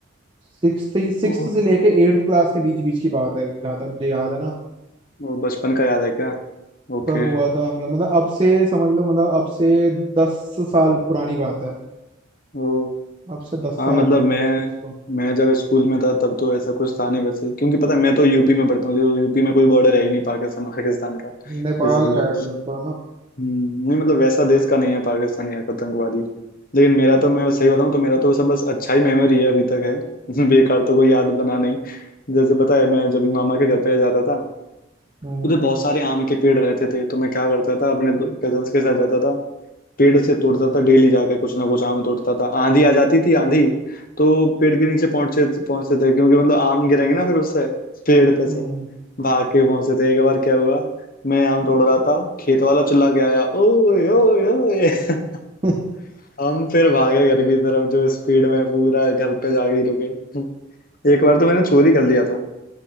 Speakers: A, on the right; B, on the left.
A: सिक्स सिक्स
B: ओ
A: से लेके एट्थ क्लास के बीच बीच की बात है जहाँ तक मुझे याद है ना
B: वो बचपन का याद है क्या ओके
A: तब हुआ था हमला मतलब अब से समझ लो मतलब अब से दस साल पुरानी बात है
B: ओ
A: अब से दस
B: हाँ
A: साल
B: मतलब
A: हो चुके
B: मैं
A: हैं उस चीज को
B: मैं जब स्कूल में था तब तो ऐसा कुछ था नहीं वैसे क्योंकि पता है मैं तो यूपी में पढ़ता हूँ जो यूपी में कोई बॉर्डर है ही नहीं पाकिस्तान पाकिस्तान का
A: नेपाल
B: इसलिए
A: का है उधर तो है ना
B: हम्म, नहीं मतलब वैसा देश का नहीं है पाकिस्तान या आतंकवादी लेकिन मेरा तो मैं सही बताऊं तो मेरा तो सब बस अच्छा ही मेमोरी है अभी तक है <laughs> बेकार तो कोई याद बना नहीं जैसे पता है मैं जब भी मामा के घर पे जाता था
A: हम्म
B: उधर बहुत सारे आम के पेड़ रहते थे तो मैं क्या करता था अपने कजन्स के साथ जाता था पेड़ से तोड़ता था डेली जाकर कुछ ना कुछ आम तोड़ता था आंधी आ जाती थी आंधी तो पेड़ के नीचे पहुंचते पहुंचते थे क्योंकि मतलब आम गिरेंगे ना फिर उससे पेड़ पे से
A: हम्म
B: भाग के पहुंचे थे एक बार क्या हुआ मैं आम तोड़ रहा था खेत वाला चिल्ला के आया ओए ओए ओए <laughs>
A: <laughs>
B: हम फिर भागे घर की तरफ जो स्पीड में पूरा घर पे जाके ही रुके एक बार तो मैंने चोरी कर लिया था